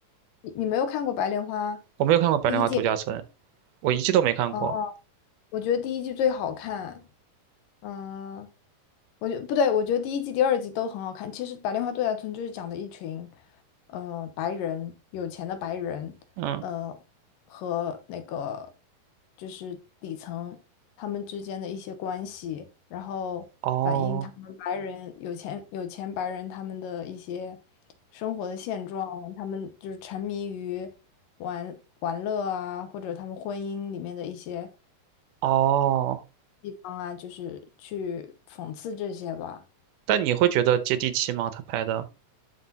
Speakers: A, on the left; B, on the right.
A: 你没有看过白莲花
B: 我没有看过白莲花度假村，
A: 第一季没？
B: 我一季都没看过。
A: 啊，我觉得第一季最好看。嗯，我觉不对，我觉得第一季、第二季都很好看。其实《白莲花度假村》就是讲的一群，呃，白人有钱的白人，
B: 嗯，
A: 呃，和那个就是底层他们之间的一些关系，然后反映他们白人有钱有钱白人他们的一些
B: 哦
A: 生活的现状，他们就是沉迷于玩玩乐啊，或者他们婚姻里面的一些。
B: 哦，
A: 地方啊，就是去讽刺这些吧。
B: 但你会觉得接地气吗？他拍的，